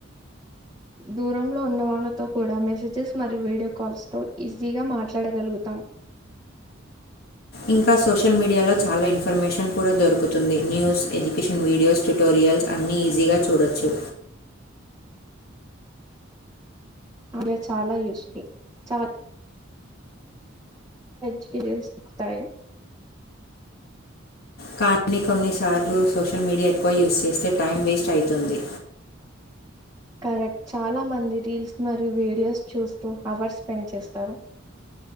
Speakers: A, on the right; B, on the left.
A: దూరంలో ఉన్నవాళ్లతో కూడా మెసేజెస్ మరియు వీడియో కాల్స్తో ఈజీగా మాట్లాడగలుగుతాం
B: ఇంకా సోషల్ మీడియాలో చాలా ఇన్ఫర్మేషన్ కూడా దొరుకుతుంది న్యూస్ ఎడ్యుకేషన్ వీడియోస్ ట్యుటోరియల్స్ అన్ని ఈజీగా చూడొచ్చు
A: అడియా చాలా యూస్ఫుల్ చాల జకి దలుస్ పుఖతాయి
B: కానీ కొన్నిసార్లు సోషల్ మీడియా ఎక్కువ యూస్ చేస్తే టైం వేస్ట్ అవుతుంది
A: కరెక్ట్ చాలా మంది రీల్స్ మరియు వీడియోస్ చూస్తూ అవర్ స్పెండ్ చేస్తారు